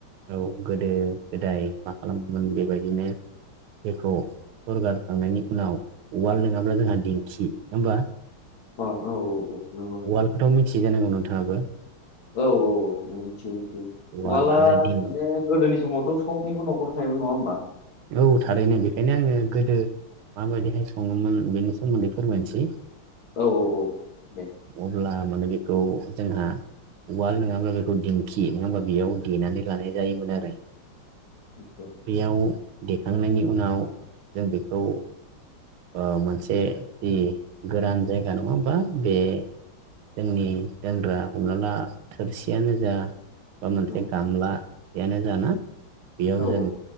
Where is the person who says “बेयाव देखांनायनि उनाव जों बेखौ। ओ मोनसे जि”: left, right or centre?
Right